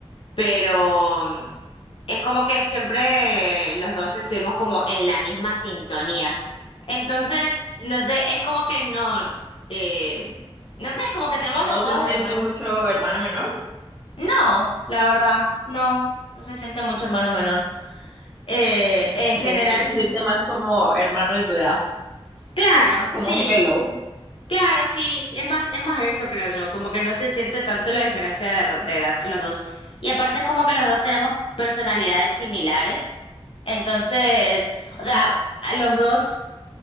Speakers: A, on the left; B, in the centre.
A: pero mm, es como que siempre los dos estuvimos como en la misma sintonía. Entonces, no sé, es como que no, eh, no sé, como que tenemos los
B: ¿No
A: juegos
B: se siente
A: de hermano.
B: mucho hermano menor?
A: No, la verdad, no, no se siente mucho hermano menor. Eh,
B: Mm,
A: en general,
B: Se, se- se siente más como hermano de tu edad,
A: claro,
B: como
A: sí.
B: gemelo.
A: Claro, sí, es más, es más eso, creo yo, como que no se siente tanto la diferencia de, ed- de edad entre los dos. Y aparte es como que los dos tenemos personalidades similares. Entonces, o sea, a los dos